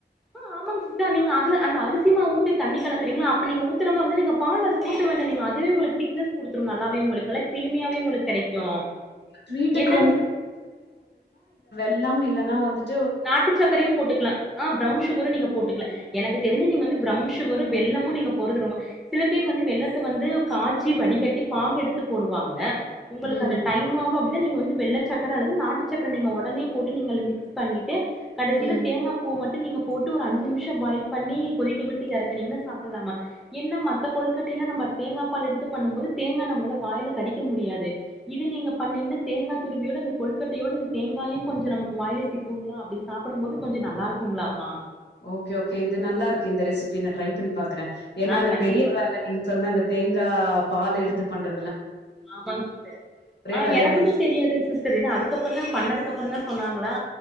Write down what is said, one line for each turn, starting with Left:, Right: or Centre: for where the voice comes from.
Centre: ஆ ஆமாங் சிஸ்டர் நீங்க அதுல அந்த அரிசிமாவ் ஊத்தி தண்ணி கலக்கறீங்கல்ல அப்ப நீங் ஊத்தர மாவ் வந்து நீங்க பால் அதுக் ஊத்த வேண்டா நீங்க அதுவே உங்களுக்கு திக்னஸ் குடுத்துரு நல்லா வே உங்களுக்கு நல்லா கிரீமியாவே
Left: ஓகே.
Centre: உங்களுக் கெடைக்கு
Left: ஸ்வீட்டுக்கு
Centre: என்ன <unintelligible>
Left: ல்லம் இல்லனா வந்துட்
Centre: நாட்டு சக்கரையு போட்டுக்கலா ஆ பிரௌன் சுகரு நீங்க போட்டுக்கலா
Left: போட்டுக்கலாம்.
Centre: எனக்கு தெ ரிஞ்சு நீங்க வந்து ப்ரௌன் சுகரு வெல்லமு நீங்க போட்றது ரொம்ப சில பேர் வந்து வெல்லத்த வந்து காச்சி வடிகட்டி பாகெடுத்து போடுவாங்க உங்களுக்கு
Left: ம்.
Centre: அது டைமா கு அப்டினா நீங்க வந்து வெள்ள சக்கர அல்லது நாட்டுச்சக்கர நீங்க ஒடனே போட்டு நீங்க அல்ல மிக்ஸ் பண்ணிட்டு கடைசில
Left: ம்.
Centre: தேங்காய் பூவ் மட் டு நீங்க போட்டு ஒரு அஞ்சு நிம்ஷோ பாயில் பண்ணி கொதிக்க விட்டு எறக்குனீங்னா சாப்பட்லாமா என்ன மத்த கொழ்கட்டைல நம்ம தேங்கா பால் எடுத்து பண்ணும் போது தேங்கா நம்ளால வாய்ல கடிக்க முடியாது இது நீங்க பண்ணீங்னா தேங்கா துருவியோட அந்த கொழுகட்டயோட அந் தேங்காயு கொஞ்சோ நமக்கு வாய்ல சிக் குங்களா அப்டி சாப்படும்போது கொஞ்சோ நல்லாருக்குங்களாமா
Left: ஓகே ஓகே இது நல்லாருக்கு இந்த ரெசிப்பி நா ட்ரை பண்ணி பாக்கறே ஏன்னா
Centre: ஆஹ்
Left: அது
Centre: கண்டிப்பா
Left: பெரிய வேல நீங்க சொன்ன அந்த தேங் கா பால் எடுத்து பண்ற
Centre: ஆமாங் சிஸ்டர் ஆ‌
Left: வேலையா
Centre: எனக்குமே
Left: முடி
Centre: தெரியாதுங் சிஸ்டர் இத அதுக்கப்பறந்தா பண்ணதுக்கப்பறந்தா சொன்னாங் களா